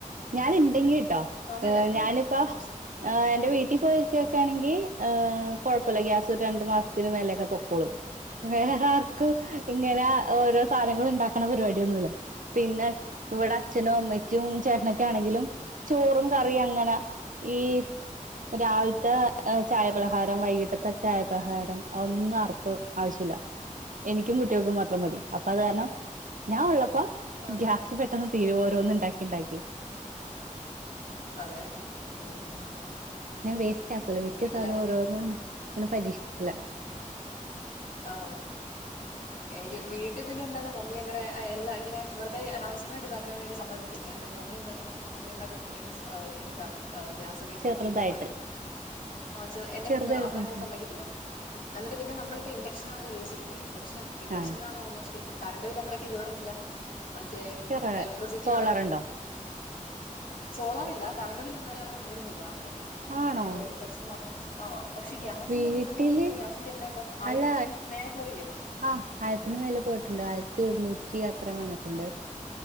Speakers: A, on the right (about 75°); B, on the left (about 85°).
A: ഞാൻ ഉണ്ടെങ്കി കേട്ടോ
B: അതെ ഞങ്ങക്കും
A: ഞാനിപ്പ
B: അതെ ഒരു മാസം ഉം
A: എന്റെ വീട്ടിൽ പോയിക്കക്കാണെങ്കിൽ എഹ്‌ കുഴപ്പല്ല ഗ്യാസ് രണ്ട് മാസത്തിന് മേലൊക്കെനിക്കും. പൊക്കോളും വേറെ ആർക്കും ഇങ്ങനെ ഓരോ സാധനങ്ങളും ഉണ്ടാക്കണ പരിപാടിയൊന്നുമല്ല. പിന്നെ ഇവിടെ അച്ഛനും അമ്മയ്ക്കും ചേട്ടനൊക്കെ ആണെങ്കിലും ചോറും കറിയും അങ്ങനെ ഈ രാവിലത്തെ ചായപലഹാരം വൈകിട്ടത്തെ ചായപ്രഹാരം ഒന്നും അർക്ക് ആവശ്യമില്ല. എനിക്കും കുട്ടികൾക്കും മാത്രം മതി
B: ആഹ്
A: അപ്പ അത് കാരണം ഞാൻ ഉള്ളപ്പോ
B: ആഹ്
A: ഗ്യാസ് പെട്ടെന്ന് തീര ഓരോന്ന് ഉണ്ടാക്കി ഉണ്ടാക്കി.
B: അതെ ഉം
A: ഞാൻ വേസ്റ്റ് ആക്കൂല മിക്ക
B: വീട്ടിലായ
A: സാധനവും ഓരോന്നും ഇങ്ങനെ പരീക്ഷിക്കില്ല.
B: ആഹ് എനിക്ക് വീട്ടിൽ പിന്നെ എന്താണ് മമ്മി അങ്ങനെ എല്ലാ ഇങ്ങനെ വെറുത അനാവശ്യമായിട്ട് ഇതാക്കാൻ വേണ്ടി സമ്മതിക്കോ? ല്ല എന്നിട്ട് മമ്മി എന്താക്കും അമ്മയെന്താക്കുംയിൻ എങ്ങനെ ഇതാക്കും ആ ഗ്യാസ ഒക്കെ
A: ചെറുതായിട്ട്
B: കുറ്റി ഓഫക്കിട്ടുംആ എന്റെ
A: ചെറുതായിട്ടുണ്ട്
B: വീട്ടില് അമ്മ അങ്ങനെ സമ്മക്കത്തില്ല. എന്നിട്ട് പിന്നെ നമ്മളിപ്പോ ഇൻഡക്ഷൻ ആണോ യൂസ് ചെയ്യുന്നത് ഇൻഡക്ഷൻ ഇൻക്ഷനാണ്
A: ആഹ്
B: ഓൾമോസ്റ്റ്. കറണ്ട് ബില് അത്രക്ക് കയറുന്നില്ല മറ്റേ
A: വേറെ
B: എലക്ട്രിസിറ്റി
A: സോളറുണ്ടോ
B: സോളാറില്ല കറണ്ട് ബിൽ എന്നാലും അങ്ങനെ കൂടുന്നില്ല ഓക്കേ
A: ആണോ
B: മറ്റേ ഇൻഡക്ഷൻ മാത്രം ആഹ പക്ഷെ ഗ്യാസിന്റെ
A: വീട്ടില്
B: പൈസ എന്ന് പറഞ്ഞിട്ടുണ്ടെ ഗ്യാസിന്റെ എത്ര ഇപ്പം ആയിരത്തി
A: അല്ല
B: മേലെക്കയറിയില്ലേ?
A: ആഹ് ആയിരത്തിന് മേലെ പോയിട്ടുണ്ട് ആയിരത്തി ഒരുന്നൂറ്റി അത്ര വന്നിട്ടുണ്ട്.